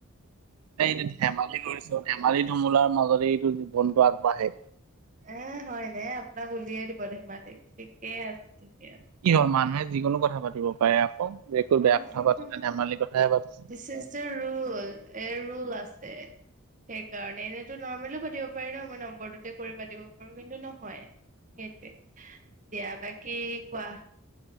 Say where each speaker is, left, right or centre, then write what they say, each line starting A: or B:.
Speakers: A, on the right; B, on the right.
A: এইটো ধেমালি কৰিছো ধেমালি ধুমুলাৰ মাজতে এইটো জীৱনটো আগবাঢ়ে
B: এ হয়নে আপোনাক উলিয়াই দিব ধেমালি ঠিকে আছে ঠিকে আছে
A: কি হ'ল মানুহে যিকোনো কথা পাতিব পাৰে একো বেয়া
B: অহ
A: কথা পাতা
B: অ
A: নাই ধেমালি কথাহে পাতিছে।
B: This is the role a role আছে সেইকাৰণে এনেইতো নৰ্মেলিও পাতিব পাৰি ন মই নম্বৰটোতে কৰি পাতিব পাৰো কিন্তু নহয় সেইটোৱে দিয়া বাকী কোৱা